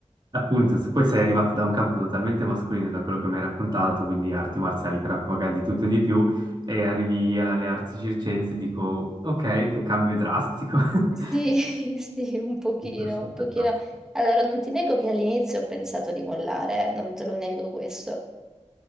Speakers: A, on the right (about 35°); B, in the centre.
A: Appunto, se poi sei arrivato da un campo totalmente mascolino, da quello che mi hai raccontato, quindi arti marziali, craft maga, di tutto e di più, e arrivi alle arti circensi, dico, ok, che cambio drastico.
B: Sì,
A: <laughs>
B: <laughs> sì, un pochino,
A: Super, super
B: un pochino.
A: drastico.
B: Allora, non ti nego che all'inizio ho pensato di mollare, eh, non te lo nego questo.